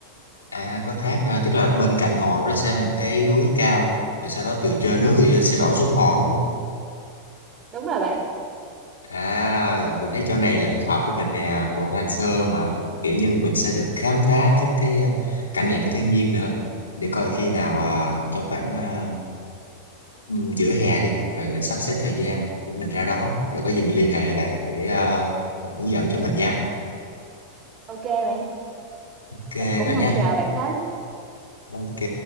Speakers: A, on the left; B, on the right.
A: À có thác hả? Tức là bên cạnh hồ nó sẽ một cái núi cao và sau đó từ trên nước từ trên sẽ đổ xuống hồ đúng không?
B: Đúng rồi bạn.
A: À mình thấy chỗ này là thích hợp với mình nè, vừa hoang sơ mà kiểu như mình sẽ được khám phá các cái à, cảnh đẹp của thiên nhiên nữa. Để coi khi nào à, trong khoảng à, ừ, giữa hè đi rồi mình sắp xếp thời gian để mình ra đó rồi có gì mình liên hệ lại bạn để à, bạn hướng dẫn cho mình nha.
B: Ok bạn,
A: Ok
B: mình cũng
A: vậy
B: mong
A: nha.
B: chờ bạn tới.
A: Ok.